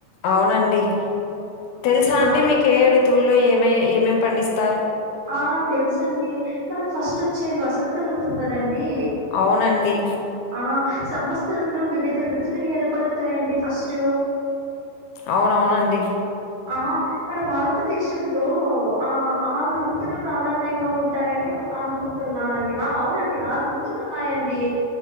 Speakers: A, on the left; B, on the right.
A: అవునండి తెలుసా
B: నాకైతే
A: అండి మీకే ఏ ఋతువుల్లో ఏమే ఏమేమి పండిస్త
B: ఆ తెలుసు అండి మనకు ఫస్ట్ వచ్చేది వసంత ఋతువు కదండీ
A: అవునండి
B: ఆ సంవత్సరంలో వివిధ ఋతువులు ఏర్పడతాయండి ఫస్ట్
A: అవునవును అండి
B: ఆ మన భారతదేశంలో ఆ ఆరు ఋతులు ప్రాధాన్యంగా ఉంటాయ నీ అనుకుంటున్నానండి ఆ అవునండి ఆరు ఋుతులు ఉన్నాయండి